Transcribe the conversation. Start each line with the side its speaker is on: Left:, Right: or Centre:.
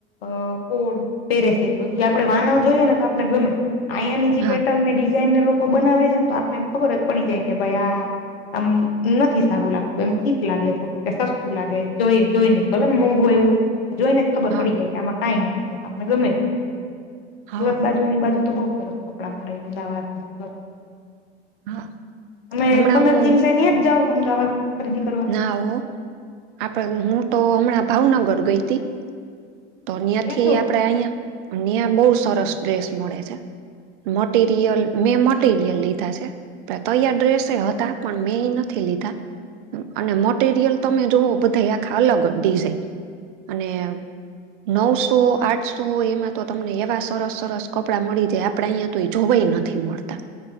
Left: અ, કોડ પેરેસે તો એઈ આપડે વાના જોઈએ ને, તો આપને ગમે. અહીંયાની જે
Right: હા
Left: પેટર્ન ને ડિઝાઇન ને, લોકો બનાવે છે ને, તો આપને એમ ખબર જ પડી જાય કે, ભાઈ, આ. આમ નથી સારું લાગતું, એમ ચીપ લાગે, થોડું સસ્તું લાગે, જોઈ જોઈને ભલે ને, મોંઘું આવવું હોય. જોઈને જ ખબર
Right: હા
Left: પડી જાય કે, આમાં કઈ નથી, એ આપને ગમે છે,
Right: હા
Left: સુરત બા બાજુની બાજુ તો બહુ સરસ કપડા મળે, અમદાવાદ ને, સુરતને.
Right: હા
Left: અમે
Right: હમણાં
Left: પંદર
Right: હું
Left: દિવસેની જ જાવ, અમદાવાદ ખરીદી કરવા.
Right: ના, હો, આપડે હું તો હમણાં ભાવનગર ગઈ હતી. તો અહીયાંથી
Left: ન્યાં કેવું
Right: આપણેે, અહીં, અહીંયા બહુ સરસ ડ્રેસ મળે છે. મટીરિયલ મેં મટીરિયલ લીધા છે. પ તૈયાર ડ્રેસે હતા પણ મેં એ નથી લીધા. અને મટેરિયલ તમે જોવો બધા આખા અલગ જ ડિઝઇન અને. નવસો આઠસો એમાં તો તમને એવા સરસ સરસ કપડાં મળી જાય આપડે અહીંયા. તો એ જોવા નથી મળતો.